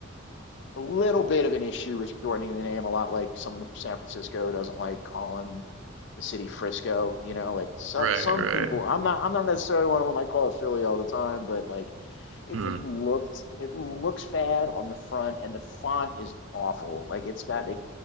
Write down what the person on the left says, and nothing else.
a little bit of an issue with shortening the name, a lot like someone from San Francisco doesn't like calling the city Frisco, you know, like some
some
people I'm not I'm not necessarily one of them I call it Philly all the time, but like it
just looks
it looks bad on the front and the font is awful. Like it's got like